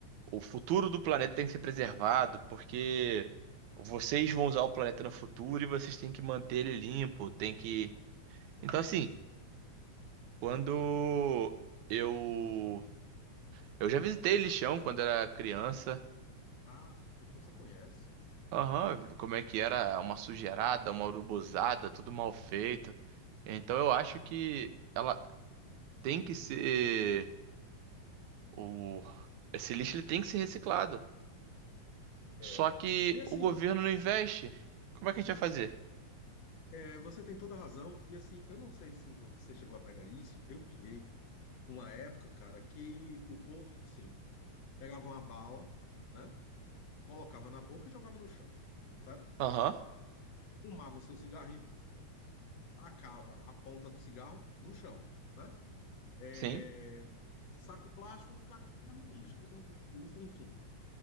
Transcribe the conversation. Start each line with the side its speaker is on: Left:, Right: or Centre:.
Right: O futuro do planeta tem que ser preservado, porque vocês vão usar o planeta no futuro e vocês têm que manter ele limpo, tem que. Então,
Left: Isso.
Right: assim, quando eu. Eu já visitei lixão quando era criança.
Left: Ah, então você conhece.
Right: Aham, como é que era? Uma sujeirada, uma urubuzada, tudo mal feito. Então eu acho que ela tem que ser. O... Esse lixo ele tem que ser reciclado.
Left: É,
Right: Só que
Left: E assim,
Right: o governo não investe. Como é que a gente vai fazer?
Left: é. é, você tem toda a razão. E assim, eu não sei se você chegou a pegar isso. Eu peguei uma época, cara, que o povo, assim, pegava uma bala, né? Colocava na boca e jogava no chão, certo?
Right: Aham,
Left: Fumava o seu cigarrinho, tacava a ponta do cigarro no chão, né? É,
Right: sim.
Left: saco plástico, cara, jogava no lixo, enfim.